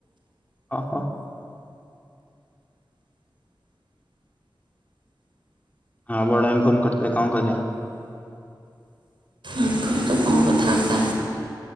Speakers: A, on the left; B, on the right.
A: ଅ ହ। ହଁ ବଡ଼ାଇମ ଫୋନ କରିଥିଲେ କଣ କହିଲେ?
B: ଆଙ୍କର ତ କଣ କଥାବାର୍ତ୍ତା